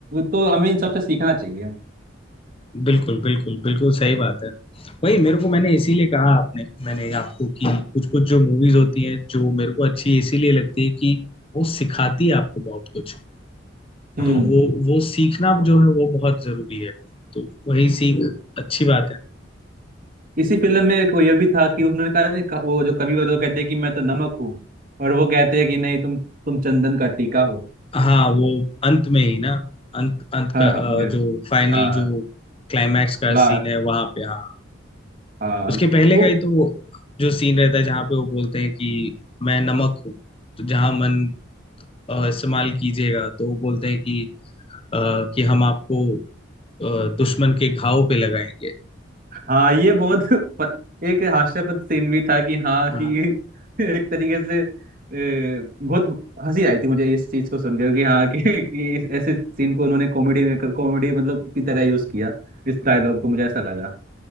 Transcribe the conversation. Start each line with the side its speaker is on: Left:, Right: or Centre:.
Right: तो हमें इन सबसे सीखना चाहिए
Left: बिल्कुल बिल्कुल बिल्कुल सही बात है वही मेरे को मैंने इसीलिए कहा आपने मैंने आपको कि कुछ कुछ जो मूवीज होती हैं जो मेरे को अच्छी इसीलिए लगती है कि वो सिखाती है आपको बहुत कुछ
Right: हम्म
Left: तो वो वो सीखना जो है वो बहुत जरूरी है तो वही सीख अच्छी बात है
Right: इसी फिल्म में एक वो ये भी था कि उन्होंने कहा नहीं, क- वो जो कवि वो जो कहते हैं कि मैं तो नमक हूँ और वो कहते हैं कि नहीं तुम तुम चंदन का टीका हो
Left: हाँ वो अंत में ही ना अंत अंत
Right: हाँ
Left: का अ,
Right: हाँ ये,
Left: जो फाइनल
Right: हाँ
Left: जो क्लाइमैक्स का
Right: ला
Left: सीन है वहां पे हाँ
Right: हाँ
Left: उसके पहले
Right: तो
Left: का ही तो वो जो सीन रहता है जहाँ पे वो बोलते हैं कि मैं नमक हूँ तो जहाँ मन अ, इस्तेमाल कीजिएगा तो वो बोलते हैं कि अ, कि हम आपको अ, दुश्मन के घाव पे लगाएंगे
Right: हाँ ये बहुत <laughs> प- एक हास्यास्पद सीन भी था कि हाँ
Left: हाँ
Right: कि <laughs> एक तरीके से ए, बहुत हंसी आई थी मुझे इस चीज को सुन के कि हाँ कि, कि इस ऐसे सीन को उन्होंने कॉमेडी में कॉमेडी मतलब की तरह यूज किया इस डायलॉग को मुझे ऐसा लगा